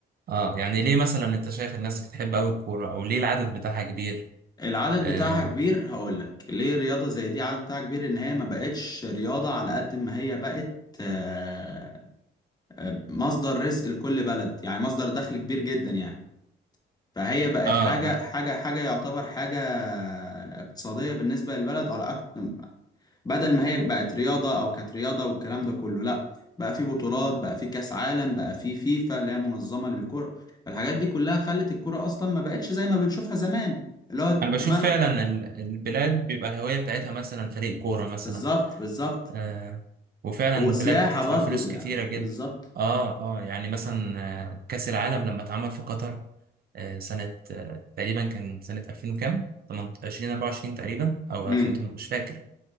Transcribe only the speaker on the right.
اه يعني ليه مثلا انت شايف الناس بتحب قوي الكوره او ليه العدد بتاعها كبير
اه
اه,
آه.
انا بشوف
فعلا ال- البلاد بيبقى الهويه بتاعتها مثلا فريق كوره مثلا
آه. وفعلا
البلاد بتدفع
فلوس
كتيره جدا
اه اه يعني مثلا آه، كاس العالم لما اتعمل في قطر آه، سنة آه، تقريبا كان سنة 2000 وكام 20 24 تقريبا أو
2008 مش فاكر